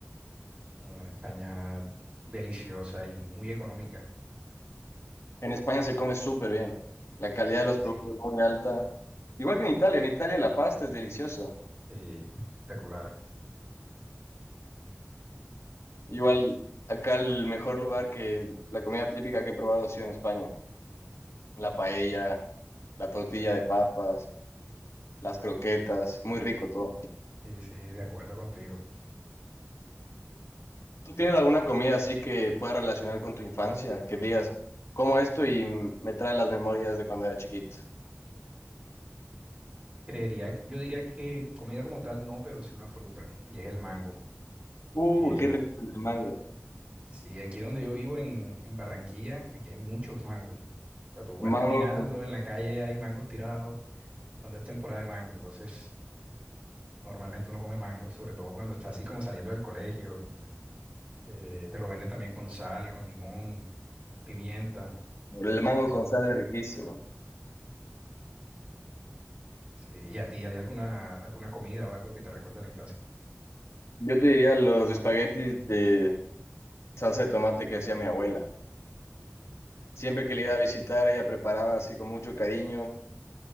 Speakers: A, on the right; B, on the left.
A: Bueno, en España deliciosa y muy económica.
B: En España se come súper bien. La calidad
A: Sí, sí,
B: de los productos
A: sí,
B: es muy alta. Igual que en Italia. En Italia la pasta es deliciosa.
A: eh, espectacular.
B: Igual acá el mejor lugar que la comida típica que he probado ha sido en España. La paella, la tortilla de papas, las croquetas. Muy rico todo.
A: Sí, sí, de acuerdo contigo.
B: ¿Tú tienes alguna comida así que puedas relacionar con tu infancia? Que digas, como esto y me trae las memorias de cuando era chiquito.
A: Creería, que- yo diría que comida como tal no, pero sí una fruta, y es el mango.
B: Uh,
A: Eh,
B: qué rico el mango.
A: sí, aquí donde yo vivo en, en Barranquilla, aquí hay muchos mangos. O sea, tú vas
B: Mango
A: caminando
B: con,
A: en la calle, hay mangos tirados, cuando es temporada de mango, entonces normalmente uno come mango, sobre todo cuando está así como saliendo del colegio. Eh, te lo venden también con sal, con limón, pimienta,
B: el
A: delicioso.
B: mango con sal es riquísimo.
A: Sí, ¿y a ti hay alguna, alguna comida o algo que te recuerde a la infancia?
B: Yo te diría los espaguetis de salsa de tomate que hacía mi abuela. Siempre que le iba a visitar, ella preparaba así con mucho cariño